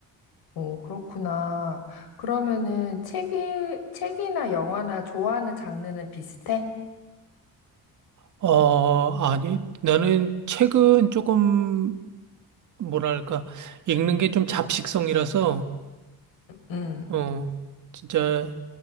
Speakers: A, on the left; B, on the right.
A: 오, 그렇구나. 그러면은 책이, 책이나 영화나 좋아하는 장르는 비슷해?
B: 어, 아니, 나는 책은 조금 뭐랄까 읽는 게 좀 잡식성이라서
A: 음.
B: 어, 진짜